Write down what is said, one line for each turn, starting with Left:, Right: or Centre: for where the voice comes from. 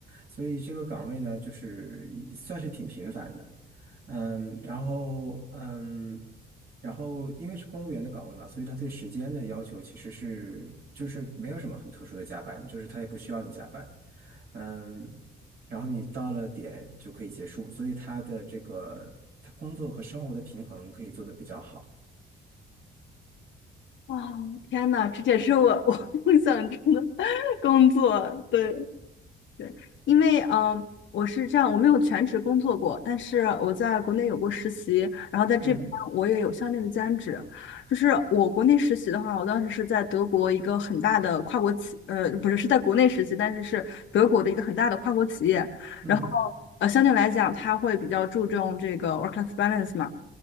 Right: 所以这个岗位呢，就是算是挺频繁的。嗯，然后嗯，然后因为是公务员的岗位嘛，所以他对时间的要求其实是就是没有什么很特殊的加班，就是他也不需要你加班，嗯，然后你到了点就可以结束，所以他的这个他工作和生活的平衡可以做得比较好。
Left: 哇，天呐，这也是我我 <laughs> 梦想中的 <laughs> 工作。对对，因为嗯，我是这样，我没有全职工作过，但是我在国内有过实习，然后在这边我也有相应的兼职。
Right: 嗯
Left: 就是我国内实习的话，我当时是在德国一个很大的跨国企，呃，不是，是在国内实习，但是是德国的一个很大的跨国企业。
Right: 嗯
Left: 然后呃，相对来讲，它会比较注重这个 work-life balance 嘛。